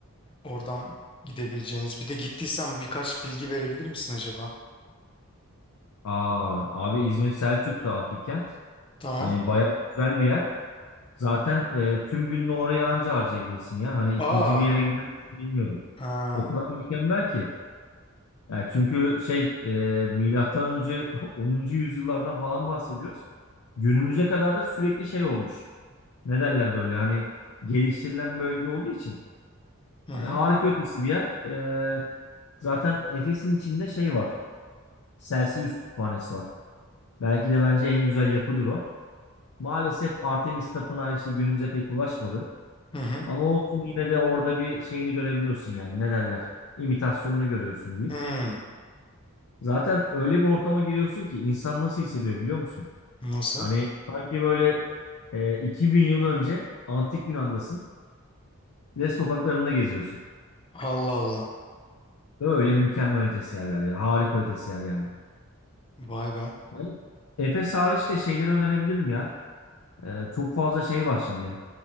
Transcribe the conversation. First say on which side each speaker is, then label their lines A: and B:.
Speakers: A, on the left; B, on the left.
A: oradan gidebileceğiniz Bir de gittiysen birkaç bilgi verebilir misin acaba?
B: Aa, abi İzmir Selçuk'ta antik kent.
A: Tamam.
B: Hani bayağı güzel bir yer. Zaten e, tüm gününü oraya anca harcayabilirsin ya. Hani ikinci
A: Aa.
B: bir yere gider misin bilmiyorum.
A: Ha.
B: O kadar mükemmel ki. Yani çünkü şey e, milattan önce <laughs> onuncu yüzyıllardan falan bahsediyoruz. Günümüze kadar da sürekli şey olmuş. Ne derler böyle hani geliştirilen bölge olduğu için.
A: Hı
B: Hani
A: hı.
B: harika ötesi bir yer. E, zaten Efes'in içinde şey var. Celsius Kütüphanesi var. Belki de bence en güzel yapıdır o. Maalesef Artemis Tapınağı işte günümüze pek ulaşmadı.
A: Hı hı.
B: Ama olsun yine de orada bir şeyini görebiliyorsun yani ne derler? İmitasyonunu görüyorsun diyeyim.
A: Hı.
B: Zaten öyle bir ortama giriyorsun ki insan nasıl hissediyor biliyor musun?
A: Nasıl?
B: Hani sanki böyle e, 2000 yıl önce antik Yunan'dasın ve sokaklarında geziyorsun.
A: Allah Allah.
B: Öyle mükemmel ötesi yerler ya. Harika ötesi yer yani.
A: Vay be.
B: Yani Efes hariç de şeyleri önerebilirim ya. Ee, çok fazla şey var şimdi.